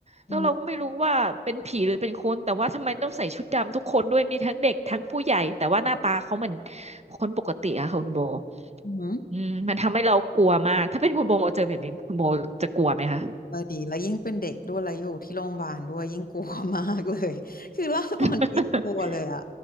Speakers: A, on the right; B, on the left.
A: แล้วเราก็ไม่รู้ว่าเป็นผีหรือเป็นคนแต่ว่าทำไมต้องใส่ชุดดำทุกคนด้วยมีทั้งเด็กทั้งผู้ใหญ่แต่ว่าหน้าตาเขาเหมือน
B: อืม
A: คนปกติอะค่ะคุณโบ
B: อืม
A: อืมมันทำให้เรากลัวมากถ้าเป็นคุณโบเจอแบบนี้คุณโบจะกลัวไหมคะ
B: เออดีแล้วยิ่งเป็นเด็กด้วยแล้วอยู่ที่โรงพยาบาลด้วยยิ่งกลัวมากเลย <laughs> คือเล่าตอนนี้ยังกลัวเลยอะ
A: <laughs>